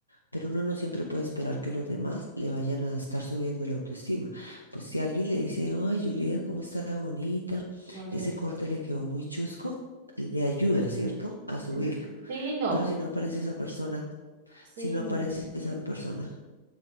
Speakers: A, on the left; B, on the right.
A: pero uno no siempre puede esperar que los demás le vayan a estar subiendo la autoestima. Pues si alguien le dice, ay, Juliet, ¿cómo está de bonita?
B: no le
A: Ese
B: creo.
A: corte le quedó muy chusco, le ayuda, ¿cierto? A subirlo.
B: En- Sí, no.
A: Pero si no aparece esa persona,
B: Sí,
A: si no aparece
B: no.
A: esa persona.